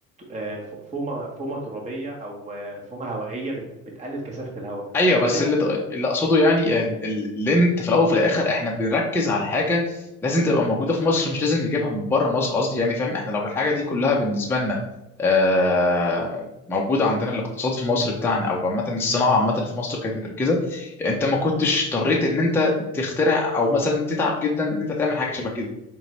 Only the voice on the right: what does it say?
آه، ف- فومه فومه ترابيه او آه، فومه هوائيه بت- بتقلل كثافه الهواء
فده
ب-